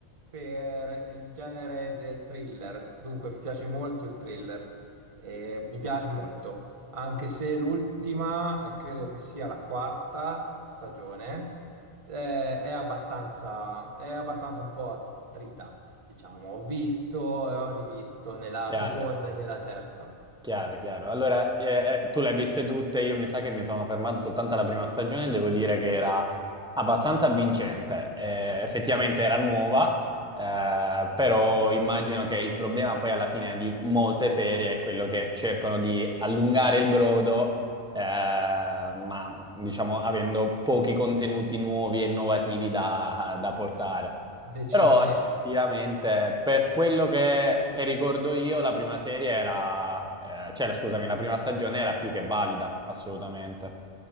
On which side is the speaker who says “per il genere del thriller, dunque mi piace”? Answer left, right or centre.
Right